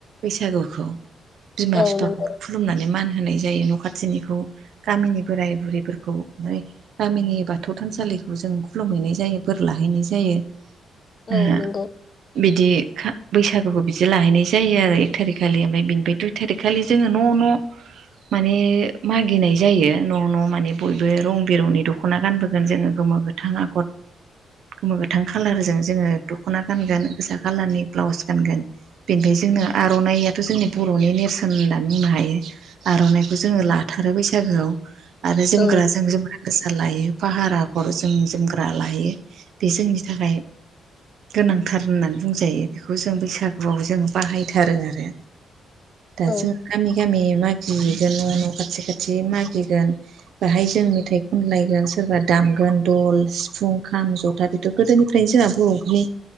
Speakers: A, on the right; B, on the left.
A: बैसागुखौ बिमा
B: औ नंगौ औ नंगौ औ
A: बिफाखौ
B: नंगौ
A: खुलुमनानै मान होनाय जायो न' खाथिनिखौ गामिनि बोराय बुरैफोरखौ ओमफ्राय गामिनि बाथौ थानसालिखौ जों खुलुमहैनाय जायो बोर लाहैनाय जायो।
B: औ
A: ओ
B: नंगौ।
A: बिदि खा बैसागुखौ बिदि लाहैनोनाय जायो आरो एक थारिक खालि ओमफ्राय बिनिफ्राय दुइ थारिक खालि जोङो न' न' माने मागिनाय जायो न' न' माने बयबो रं बिरंनि दख'ना गानबोगोन जोङो गोमो गोथ थाङा कट गोमा गोथां खाालारजों जोङो दख'ना गानगोन गोसा खालारनि ब्लाउस गानगोन। बेनिफ्रायाय जोंनो आर'नाइयाथ' जोंनि बर'नि नेरसोन होननानै बुंनो हायो। आर'नाइखौ जोङो लाथारो बैसागोआव आरो जोमग्रा
B: औ
A: जों जोमग्रा गोसा लायो फाहार आगर जों जोमग्रा लायो बे जोंनि थाखाय गोनांथार होननानै बुंजायो बेखौ जों बैसागुआव जों बाहायथारो आरो दा
B: औ
A: जों गामि गामि मागिहैगोन न' खाथि खाथि मागिगोन। बाहाय जों मेथाइ खनलायगोन सोरबा दामगोन दल, सिफुं, खाम, जथा बेफ ट' गोदोनिफ्रायनो जोंहा बर'फोरनि